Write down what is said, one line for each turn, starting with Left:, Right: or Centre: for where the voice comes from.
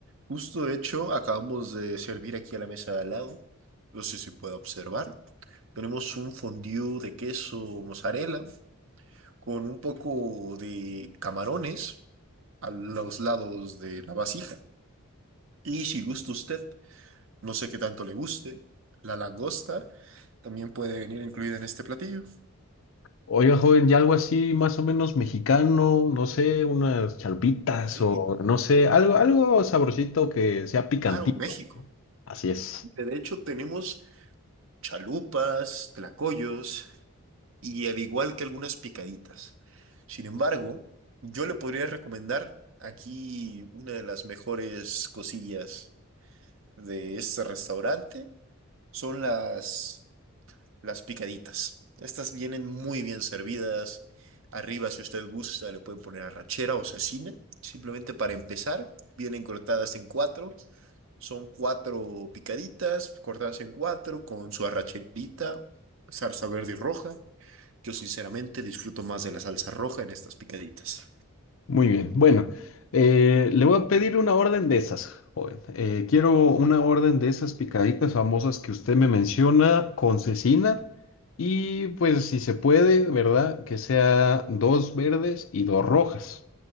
Right: justo de hecho acabamos de servir aquí a la mesa de al lado, no sé si puede observar, tenemos un fondue de queso mozzarella con un poco de camarones a los lados de la vasija y si gusta usted, no sé qué tanto le guste, la langosta también puede venir incluida en este platillo.
Left: Oiga, joven, ya algo así más o menos mexicano, no sé, unas chalpitas
Right: Ok,
Left: o no sé, algo, algo sabrosito que sea picantito.
Right: claro, México.
Left: Así es.
Right: De hecho tenemos chalupas, tlacoyos. y al igual que algunas picaditas. Sin embargo, yo le podría recomendar aquí una de las mejores cosillas de este restaurante son las, las picaditas. Estas vienen muy bien servidas. Arriba, si usted gusta, le puede poner arrachera o cecina. Simplemente para empezar, vienen cortadas en cuatro. Son cuatro picaditas cortadas en cuatro con su arracherita, salsa verde y roja. Yo sinceramente disfruto más de la salsa roja en estas picaditas.
Left: Muy bien. Bueno, eh, le voy a pedir una orden de esas, joven. Eh, quiero una orden de esas picaditas famosas que usted me menciona con cecina y pues si se puede, ¿verdad? Que sea dos verdes y dos rojas.